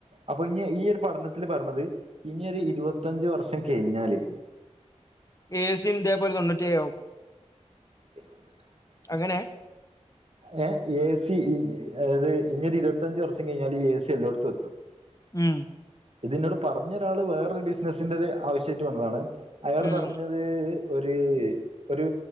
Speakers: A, on the right; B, on the left.
A: അപ്പൊ ഇനി ഈ ഒരു പഠനത്തില് പറഞ്ഞത് ഇനിയൊരു ഇരുപത്തഞ്ച് വർഷം കഴിഞ്ഞാല്
B: ഏ സി യും ഇതെ പോലെ തൊന്നൂറ്റിയേഴാവും
A: <unintelligible>
B: അങ്ങനെ
A: ങേ എ സി അതായത് ഇനിയൊരു ഇരുപത്തഞ്ച് വർഷം കഴിഞ്ഞാല് ഈ എ സി എല്ലോടത്തും എത്തും ത്തും
B: ഉം
A: ഇത് എന്നോട് പറഞ്ഞൊരാള് വേറൊരു ബിസ്നസിന്റെ ഒരു ആവശ്യായിട്ടു വന്നതാണ്, അയാൾ
B: ഉം
A: പറഞ്ഞത് ഒരു ഒരു